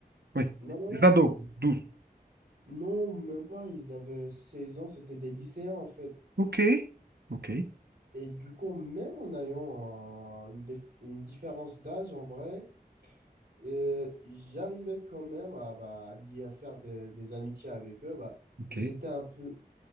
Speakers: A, on the right; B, on the right.
A: Oui.
B: Non, non,
A: Les
B: non.
A: ados,
B: Ils-
A: 12.
B: Non, même pas, ils avaient 16 ans, c'était des lycéens en fait.
A: Ok. Ok.
B: Et du coup, même en ayant un- une, dif- une différence d'âge en vrai, et j'arrivais quand même à, bah, lier- à faire des, des amitiés avec eux. Bah,
A: Ok.
B: j'étais un peu